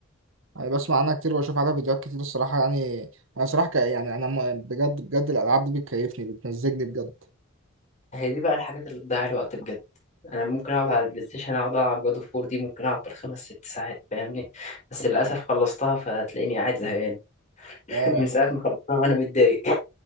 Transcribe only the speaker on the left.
هي دي بقى الحاجات اللي بتضيع الوقت بجد انا ممكن اقعد على البلاي ستيشن اقعد العب جاد اوف وور دي ممكن اقعد بالخمس ست ساعات فاهمني بس للاسف خلصتها فتلاقيني قاعد زهقان <laughs>
من ساعه ما خلصتها وانا متضايق <laughs>